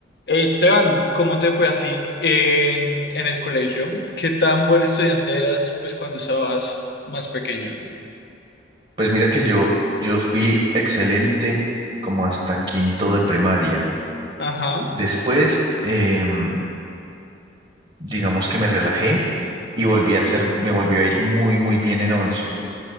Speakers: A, on the left; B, on the right.
A: Eh, Esteban, ¿cómo te fue a ti en, en el colegio? ¿Qué tan buen estudiante eras pues cuando estabas más pequeño?
B: Pues mira que yo, yo fui excelente como hasta quinto de primaria.
A: Ajá,
B: Después, em, digamos que me relajé y volví a ser, me volvió a ir muy, muy bien en once.